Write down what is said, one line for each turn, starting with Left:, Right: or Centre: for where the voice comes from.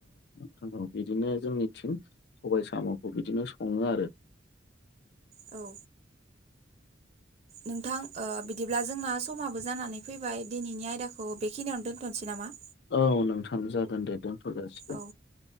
Left: थां औ बिदिनो जोंनिथिं सबाइ साम'खौ बिदिनो सङो आरो
Right: औ नोंथां ओ बिदिब्ला जोंना समाबो जानानै फैबाय दिनैनि आयदाखौ बेखिनियावनो दोनथ'सै नामा?
Left: औ नोंथां जागोन दे। दोनथ' जासिगोन
Right: औ